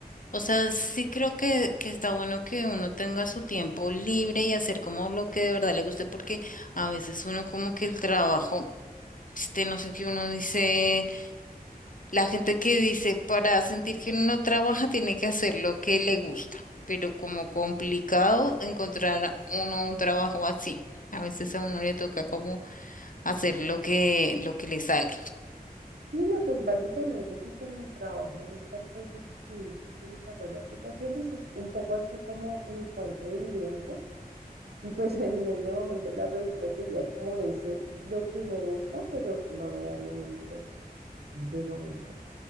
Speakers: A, on the left; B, on the right.
A: O sea, sí creo que, que está bueno que uno tenga su tiempo libre y hacer como lo que de verdad le guste, porque a veces uno como que el trabajo, este, no sé qué uno dice, la gente que dice para sentir que uno no trabaja <laughs> tiene que hacer lo que le gusta, pero como complicado encontrar a uno un trabajo así. A veces a uno le toca como hacer lo que, lo que le sale.
B: Y no, pues básicamente que con mi trabajo en esta empresa que te digo que desarrolla aplicaciones es un poco así como mi fuente de ingresos Y pues en ese momento la revista sería como ese lo que me gusta, pero no me da ningún ingreso de momento.